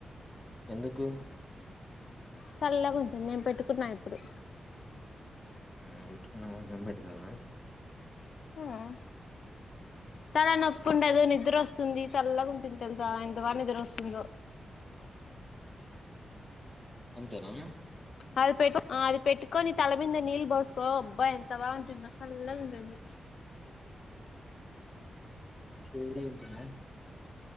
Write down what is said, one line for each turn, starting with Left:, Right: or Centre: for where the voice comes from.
Centre: ఎందుకు
Left: సల్లాగా ఉంటుంది నేను పెట్టుకున్నా ఇప్పుడు.
Centre: నీవు పెట్టుకున్నావు కానీ నేను పెట్టుకోవాలా
Left: హ్మ్మ్ తల నొప్పి ఉండదు నిద్ర వస్తుంది చల్లగా ఉంటుంది తెలుసా ఎంత బాగా నిద్ర వస్తుందో.
Centre: అంతేనా
Left: అది పెట్టు అది పెట్టుకోని తల మీంద నీళ్ల్ పోసుకో అబ్బా ఎంత బాగుంటుందో చల్లగా ఉంటుంది
Centre: <unintelligible>